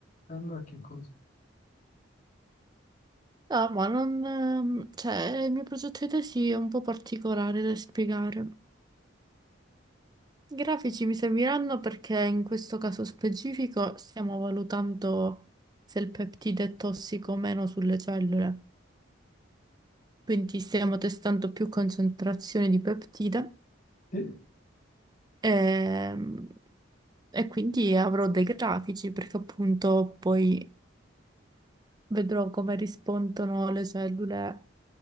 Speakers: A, on the left (about 45°); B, on the right (about 20°).
A: Allora che cosa?
B: No, ma non... ehm, Cioè, il mio progetto di tesi è un po' particolare da spiegare. I grafici mi serviranno perché in questo caso specifico stiamo valutando se il peptide è tossico o meno sulle cellule. Quindi stiamo testando più concentrazioni di peptide
A: Sì,
B: ehm, e quindi avrò dei grafici perché appunto poi vedrò come rispondono le cellule